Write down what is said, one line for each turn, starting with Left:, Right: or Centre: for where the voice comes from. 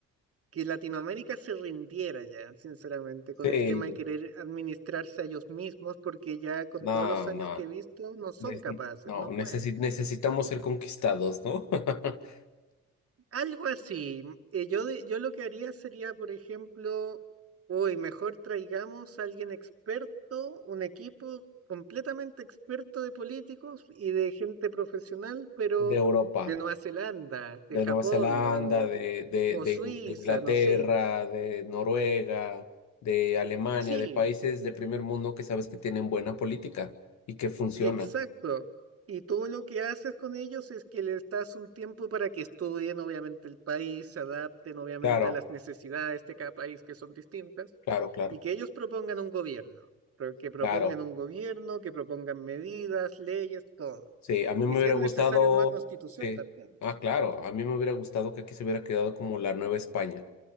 Right: que Latinoamérica se rindiera ya, sinceramente, con
Left: Sí,
Right: el tema de querer administrarse a ellos mismos, porque ya con
Left: no,
Right: todos los años
Left: no,
Right: que he visto no son
Left: es-
Right: capaces,
Left: no,
Right: no pueden.
Left: necesi- necesitamos ser conquistados, ¿no? <laughs>
Right: Algo así. Eh, yo, de- yo lo que haría sería, por ejemplo, hoy mejor traigamos a alguien experto, un equipo completamente experto de políticos y de gente profesional, pero
Left: De Europa.
Right: de Nueva Zelanda, de
Left: de
Right: Japón,
Left: Nueva Zelanda,
Right: o
Left: de, de,
Right: o
Left: de
Right: Suiza,
Left: In- de Inglaterra,
Right: no sé.
Left: de Noruega, de Alemania,
Right: Sí,
Left: de países de primer mundo que sabes que tienen buena política y que funciona.
Right: Exacto. Y todo lo que haces con ellos es que les das un tiempo para que estudien, obviamente, el país, se adapten, obviamente,
Left: Claro,
Right: a las necesidades de cada país que son distintas,
Left: claro, claro,
Right: y que ellos propongan un gobierno, pro- que propongan
Left: claro.
Right: un gobierno, que propongan medidas, leyes, todo.
Left: Sí, a mí me
Right: Y si
Left: hubiera
Right: es necesario,
Left: gustado,
Right: nueva constitución
Left: sí,
Right: también.
Left: ah, claro, a mí me hubiera gustado que aquí se hubiera quedado como la Nueva España.